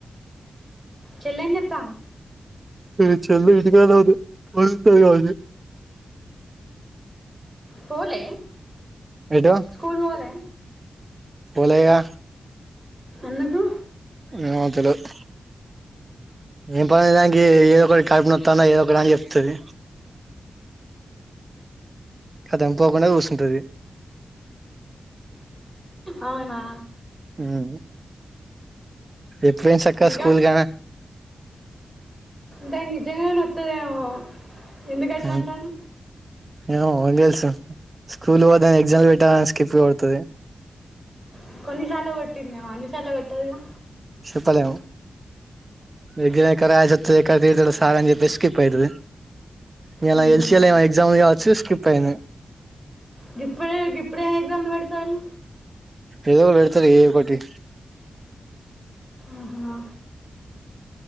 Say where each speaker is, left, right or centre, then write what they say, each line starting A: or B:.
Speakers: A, on the right; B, on the right.
A: చెల్లి ఏం చేస్తా
B: మీ చెల్లి ఇంటికాడే ఉంది వస్తాది గావచ్చు.
A: పోలే
B: ఎటు
A: స్కూల్ పోలే
B: పోలేగా
A: ఎందుకు
B: ఏమో తెలవదు ఏం పని దానికి ఏదో ఒకట కడుపు నొత్తది ఏదో ఒకటి దానికి చెప్తాది. ధమ్ పోకుండా కూసుకుంటాది.
A: అవునా
B: మ్ యెట్లైంది సక్కగా
A: ఇంకా
B: స్కూల్ కానా
A: దానికి నిజంగా నోత్తదేమో ఎందుకు
B: గానే
A: అట్లా అంటాన్నావు.
B: ఏమో ఎవనికి తెలుసు స్కూల్ పోతే ఎగ్జామ్ పెడతారని స్కిప్ కొడతాది.
A: అ కొన్నిసార్లు కొట్టింది ఏమో అన్నిసార్లు కొట్టదు గా
B: చెప్పలేము ఎగ్జామ్ ఎక్కడ రాయలసీ వస్తుందో ఎక్కడ సార్ తిడతాడు అని చెప్పేసి స్కిప్ అయితాది. ఇయలా
A: ఊహూ.
B: తెలిసి ఏమో ఎగ్జామ్ కావచ్చు స్కిప్ అయింది.
A: గిప్పుడే గిప్పుడే ఏం ఎగ్జాములు పెడతారు.
B: ఏవో పెడతారు ఏవో ఒకటి
A: ఆహా!